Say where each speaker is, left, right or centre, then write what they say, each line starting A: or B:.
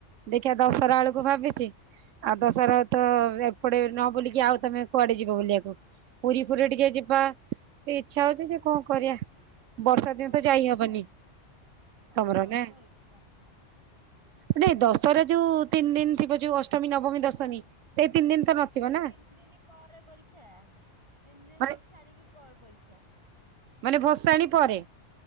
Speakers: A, on the right (about 85°); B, on the right (about 20°).
A: ଦେଖିଆ ଦଶହରା ବେଳକୁ ଭାବିଚି। ଆଉ ଦଶହରା ତ ଏପଟେ ନ ବୁଲିକି ଆଉ ତମେ କୁଆଡେ ଯିବ ବୁଲିବାକୁ। ପୁରୀ ଫୁରୀ ଟିକେ ଯିବା ଟିକେ ଇଚ୍ଛା ହଉଚି ଯେ କଣ କରିବା। ବର୍ଷା ଦିନ
B: ହଁ
A: ତ
B: ପା
A: ଯାଇ
B: ମୋ ଏଜ୍ଜାମ୍
A: ହବନି
B: ଥିବ। ଦଶହରା
A: ତମର ନା?
B: ବେଳେ ମୋ ଏଜ୍ଜାମ୍ ଥିବ।
A: ନାଇଁ ଦଶହରା ଯୋଉ ତିନି ଦିନ ଥିବ ଯୋଉ ଅଷ୍ଟମୀ ନବମୀ ଦଶମୀ ତିନି ଦିନ
B: ସେଇ
A: ନଥିବ
B: ତ
A: ନା?
B: ତିନି ଦିନ ପରେ ପରୀକ୍ଷା। ତିନି ଦିନି
A: ମାନେ
B: ଛାଡିକି ପରେ ପରୀକ୍ଷା।
A: ମାନେ ଭସାଣି ପରେ।